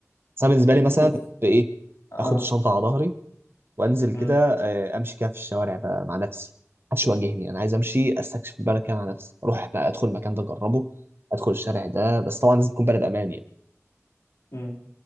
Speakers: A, on the right (about 45°); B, on the left (about 75°).
A: بس انا بالنسبه لي مثلا
B: بص
A: بايه
B: اه
A: اخد الشنطه على ظهري وانزل كده
B: مم.
A: اه، امشي كده في الشوارع بقى مع نفسي محدش يواجهني انا عايز امشي استكشف البلد كده مع نفسي اروح بقى ادخل المكان ده اجربه ادخل الشارع ده بس طبعا لازم تكون بلد امان يعني
B: مم.